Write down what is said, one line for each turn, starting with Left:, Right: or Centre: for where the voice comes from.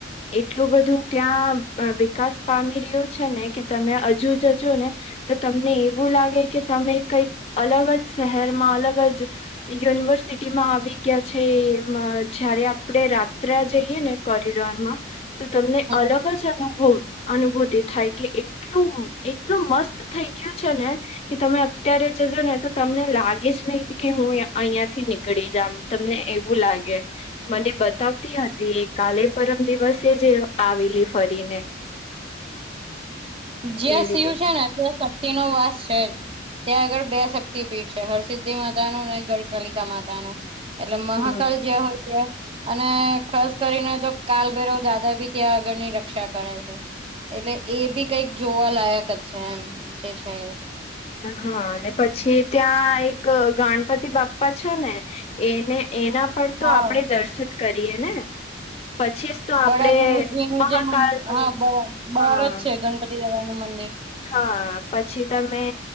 Left: એટલું બધું ત્યાં વિકાસ પામી રહ્યું છે ને કે તમે હજુ જજો ને તો તમને એવું લાગે કે તમે કંઈક અલગ જ શહેરમાં અલગ જ યુનિવર્સિટી માં આવી ગયા છે એ જયારે આપણે રાત્રે જઈએ ને કોરિડોરમાં તો તમને
Right: હમ
Left: અલગ જ અનુભવ અનુભૂતિ થાય કે એટલું. એટલું મસ્ત થઈ ગયું છે ને! કે તમે અત્યારે જજો ને તો તમને લાગે જ નહ કે હું અહિયાં થી નીકળી જામ. તમને એવું લાગે. મને બતાવતી હતી એ કાલે પરમ દિવસે જે આવેલી ફરીને.
Right: જે
Left: એવી
Right: શિવ
Left: રીતે
Right: છે ને તે ભક્તિ નો વાસ છે જ. ત્યાં આગળ બે શક્તિપીઠ છે હરસિદ્ધિ માતા નું ને ગઢકલિકા માતા નું. એટલે મહાકાલ
Left: હમ
Right: જ્યા હોય. અને ખાસ કરીને તો કાલભેૈરાવ દાદા ભી ત્યાં આગળની રક્ષા કરે છે. એટલે એ બી કંઈક જોવાલાયક જ છે એમ જે છે એ.
Left: હા અને પછી ત્યાં એક ગણપતિ બાપ્પા છે ને. એને એના પર તો
Right: હા
Left: આપણે દર્શન કરીએ ને પછી તો આપડે
Right: બડા ગણેશજી નું
Left: મહાકાલ
Right: જે
Left: નું
Right: હા બ બાર
Left: હા
Right: જ છે ગણપતિ દદા નું મંદિર.
Left: હા પછી તમે.